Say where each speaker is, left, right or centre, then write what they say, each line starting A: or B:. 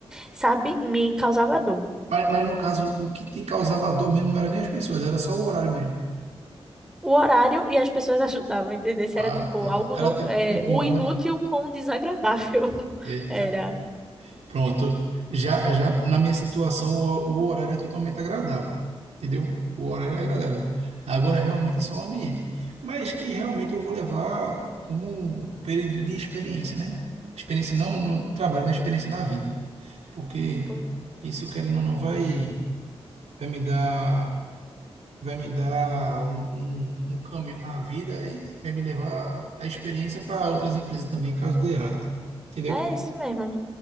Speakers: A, in the centre; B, on the right.
A: sabe, me causava dor.
B: Mas, mas no caso, o que te causava dor mesmo não era nem as pessoas, era só o horário mesmo.
A: O horário e as pessoas <laughs> ajudavam a entender se era
B: Ah,
A: tipo
B: tá.
A: algo
B: Era
A: não,
B: tipo
A: é,
B: um combo,
A: o inútil
B: né? né?
A: com o desagradável. <laughs>
B: Eita,
A: Era.
B: Pronto. Já, já na minha situação, o, o horário é totalmente agradável. Entendeu? O horário é agradável. Agora, realmente, é só o ambiente. Mas que realmente eu vou levar como um período de experiência, né? Experiência não no trabalho, mas experiência na vida. Porque
A: Foi-
B: isso, querendo ou não, vai, vai me dar, vai me dar um, um, um caminho na vida e vai me levar a experiência para outras empresas também, caso dê errado. Entendeu?
A: É isso mesmo,